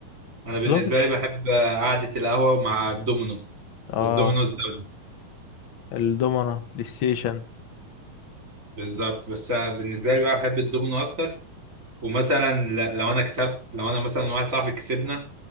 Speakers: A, on the right (about 20°); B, on the left (about 75°).
A: انا
B: بس
A: بالنسبة
B: لو بت-
A: لي بحب قعدة القهوة مع الدومينو
B: اه
A: الدومينو الزوجي
B: الدومنة بلاي ستيشن
A: بالظبط بس انا بالنسبة لي بقى بحب الدومينو اكتر ومثلا ل- لو انا كسبت لو انا مثلا واحد صاحبي كسبنا